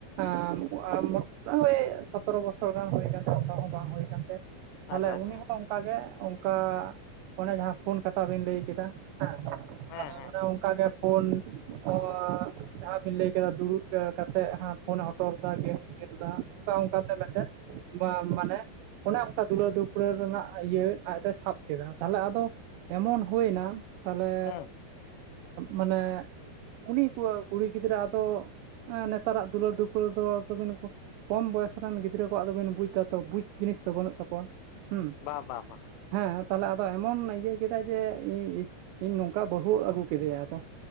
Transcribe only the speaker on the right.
ᱮᱸ ᱟᱢ ᱳᱭ ᱥᱚᱛᱨᱚ ᱵᱚᱥᱚᱨ ᱜᱟᱱ ᱦᱩᱭ ᱠᱟᱱ ᱛᱟᱭᱟ ᱟᱴᱷᱚᱨᱚ ᱢᱟ ᱵᱟᱝ ᱦᱩᱭ ᱠᱟᱱ ᱛᱟᱭᱟ ᱛᱟᱦᱚᱞᱮ
ᱩᱱᱤ ᱦᱚᱸ ᱚᱱᱠᱟᱜ ᱜᱮ, ᱚᱱᱠᱟ ᱚᱱᱮ ᱡᱟᱦᱟᱸ ᱯᱷᱳᱱ ᱠᱟᱛᱷᱟ ᱵᱤᱱ ᱞᱟᱹᱭ ᱠᱮᱫᱟ ᱦᱮᱸ, <unintelligible>
ᱛᱟᱦᱚᱞᱮ
ᱚᱱᱮ ᱚᱱᱠᱟᱜᱮ ᱯᱷᱳᱱ ᱠᱚ, ᱡᱟᱦᱟᱸ ᱵᱮᱤᱱ ᱞᱟᱹᱭ ᱠᱮᱫᱟ ᱫᱩᱲᱩᱵ ᱠᱟᱛᱮᱫ ᱯᱷᱳᱱᱮ ᱦᱚᱴᱚᱨ ᱮᱫᱟ ᱜᱮᱢᱮ ᱠᱷᱮᱞ ᱮᱫᱟ, ᱚᱱᱠᱟ ᱚᱱᱠᱟᱛᱮ ᱢᱤᱫᱴᱮᱱ ᱢᱟᱱᱮ ᱚᱱᱮ ᱚᱱᱠᱟ ᱫᱩᱞᱟᱹᱲᱼᱫᱩᱯᱞᱟᱹᱲ ᱨᱮᱱᱟᱜ ᱤᱭᱟᱹ ᱟᱡ ᱫᱚᱭ ᱥᱟᱵ ᱠᱮᱫᱟ, ᱛᱟᱦᱚᱞᱮ ᱟᱫᱚ ᱮᱢᱚᱱ ᱦᱩᱭ ᱮᱱᱟ, ᱛᱟᱦᱚᱞᱮ
ᱢᱟᱱᱮ ᱩᱱᱤ ᱠᱚ ᱠᱩᱲᱤ ᱜᱤᱫᱽᱨᱟᱹ ᱟᱫᱚ, ᱱᱮᱛᱟᱨᱟᱜ ᱫᱚ ᱫᱩᱞᱟᱹᱲ ᱫᱩᱯᱟᱞᱟᱹᱲ ᱨᱮ ᱫᱚ <unintelligible> ᱠᱚᱢ ᱵᱚᱭᱮᱥ ᱨᱮᱱ ᱜᱤᱫᱽᱨᱟᱹ ᱠᱚᱣᱟᱜ ᱫᱚ ᱵᱟᱱ ᱵᱩᱡᱽ ᱮᱫᱟ ᱛᱚ ᱵᱩᱡᱽ ᱡᱤᱱᱤᱥ ᱫᱚ ᱵᱟᱹᱱᱩᱜ ᱛᱟᱠᱚᱣᱟ᱾ ᱦᱩᱸ
ᱦᱮᱸ ᱛᱟᱦᱚᱞᱮ ᱟᱫᱚ ᱮᱢᱚᱱ ᱤᱭᱟᱹ ᱠᱮᱫᱟ ᱡᱮ ᱤ ᱤ, ᱤᱧ ᱱᱚᱝᱠᱟ ᱵᱟᱹᱦᱩ ᱟᱹᱜᱩ ᱠᱮᱫᱮᱭᱟ, ᱟᱫᱚ